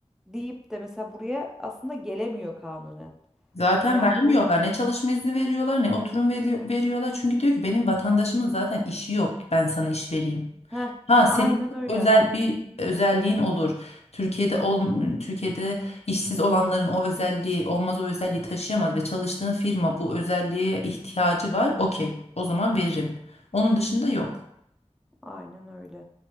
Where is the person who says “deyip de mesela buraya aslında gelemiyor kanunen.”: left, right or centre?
Centre